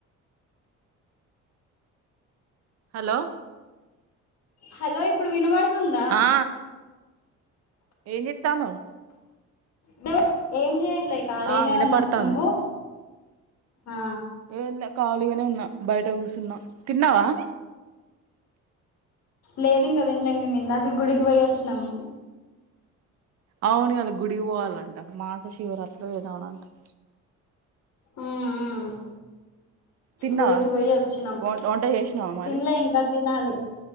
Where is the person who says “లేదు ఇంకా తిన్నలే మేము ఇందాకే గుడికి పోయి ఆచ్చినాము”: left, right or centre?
Left